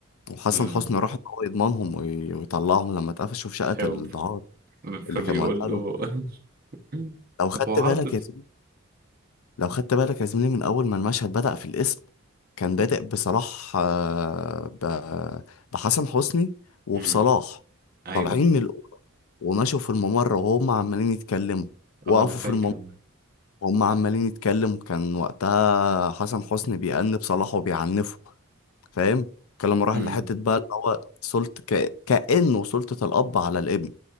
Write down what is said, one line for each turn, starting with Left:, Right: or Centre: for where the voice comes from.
Left: وحسن
Right: امم
Left: حسني راح إن هو يضمنهم وي... ويطلعهم لما اتقفشوا في شقه
Right: ايوه
Left: الدعارة
Right: فبيقول
Left: اللي كان مودع لهم
Right: له <laughs>
Left: لو خدت
Right: طب هو
Left: بالك
Right: عاطف
Left: يا زميلي لو خدت بالك يا زميلي من اول ما المشهد بدأ في القسم كان بادئ بصلاح آه، ب... بحسن حسني وبصلاح
Right: امم ايوه
Left: طالعين من الأوضة ومشوا في الممر وهم عمالين يتكلموا وقفوا
Right: اه انا فاكر
Left: في الممر وهم عمالين يتكلموا كان وقتها حسن حسني بيأنب صلاح وبيعنفه فاهم الكلام راح
Right: امم
Left: لحتة بقى اللي هو سلطة ك... كأنه سلطة الأب على الابن